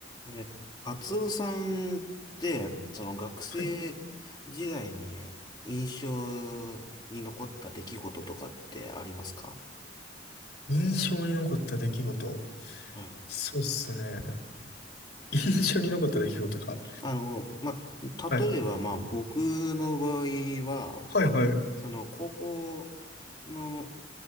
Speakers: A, on the left; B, on the left.
A: えーと、カツオさんって、その学生時代に印象に残った出来事とかってありますか
B: はい。印象に残った出来事。
A: はい。
B: そうっすね。<laughs> 印象に残った出来事か。
A: あの、まあ、
B: はい。
A: 例えば、まあ、僕の場合は、
B: はいはい。
A: その、高校の